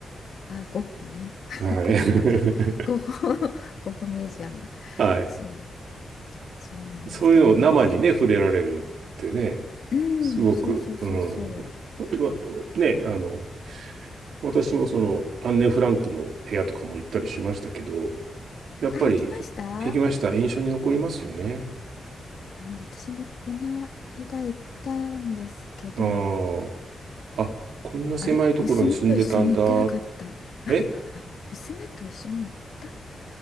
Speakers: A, on the left; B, on the right.
A: あ、ゴッホね。<laughs>
B: はい。
A: ゴッホとか、ゴッホ <laughs>、ゴッホミュージアム。
B: <laughs> はい。
A: そう、そうなんですけどね。
B: そういうのを生にね、
A: でも
B: 触れられるってね、
A: うん、
B: すごく、
A: うんそうそうそうそう。
B: うん。まあね、あの、私もその、アンネ・フランクの部屋とかも行ったりしましたけど、やっぱり行きました。
A: あ、行きました
B: 印象に残りますよね。
A: うん、私もこの間行ったんですけど、
B: あーあ、こんな狭いところに住んでたんだ。
A: あれ、娘と一緒に行ってなかった。
B: え
A: <laughs> あ、娘と一緒に行った